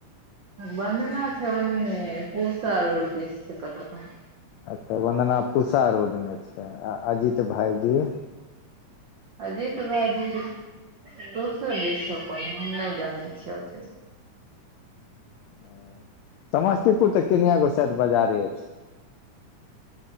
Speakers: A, on the right; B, on the left.
A: बन्धना छै ओन्ने पूसा रोड दिस छै कतौ क
B: अच्छा वंदना पूसा रोड मे छै आ अजीत भाईजी?
A: अजीत भायजी दोसर दिस छै पर हम नै जानै छियै ओते।
B: ओ समस्तीपुर तऽ किनये गो शायद बजारे एइछ।